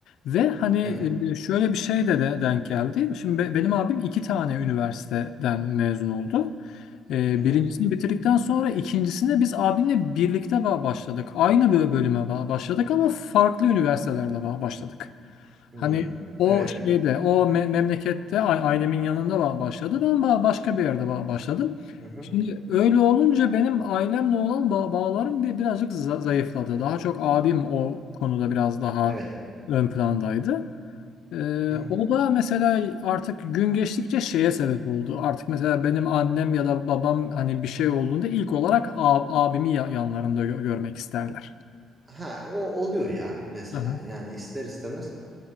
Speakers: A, on the left; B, on the right.
A: Ve hani
B: Evet.
A: e, şöyle bir şey de, de denk geldi. Şimdi be- benim abim iki tane üniversiteden mezun oldu. Ee,
B: Hı hı.
A: birincisini bitirdikten sonra ikincisinde biz abimle birlikte ba- başladık. Aynı bö- bölüme ba- başladık ama farklı üniversitelerde ba- başladık.
B: Hı.
A: Hani o
B: Evet.
A: şeyde, o me- memlekette a- ailemin yanında ba- başladı. Ben ba- başka bir yerde ba- başladım.
B: Hı hı.
A: Şimdi öyle olunca benim ailemle olan ba- bağlarım bir birazcık za- zayıfladı. Daha çok abim o konuda biraz daha
B: Evet.
A: ön plandaydı. Ee,
B: Hı hı.
A: o da mesela artık gün geçtikçe şeye sebep oldu. Artık mesela benim annem ya da babam hani bir şey olduğunda ilk olarak a- abimi ya- yanlarında gö- görmek isterler.
B: Ha o oluyor ya mesela
A: Hı hı.
B: yani ister istemez